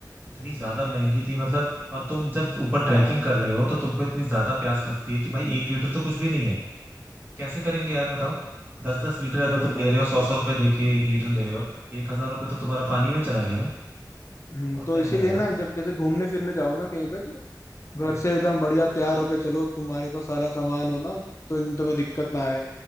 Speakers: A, on the right; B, on the left.
A: इतनी ज्यादा महंगी थी मतलब और तुम जब ऊपर ट्रैकिंग
B: हाँ
A: कर रहे हो तो तुमको इतनी ज्यादा प्यास लगती है कि भाई एक लीटर तो कुछ भी नहीं है कैसे करेंगे यार बताओ दस दस लीटर अगर
B: सेम
A: तुम ले
B: भाई
A: रहे हो सौ
B: सेम
A: सौ रुपए दे के एक लीटर ले रहे हो एक हजार रुपए तो तुम्हारा पानी में चला गया ना
B: हम्म
A: बहुत
B: तो
A: महंगा
B: इसीलिए
A: है यार
B: ना जब कैसे घूमने फिरने जाओ ना कहीं पे तो
A: हाँ
B: घर से एकदम बढ़िया तैयार होके चलो तुम्हारे पास सारा सामान हो ना कि तो तुम्हें दिक्कत ना आए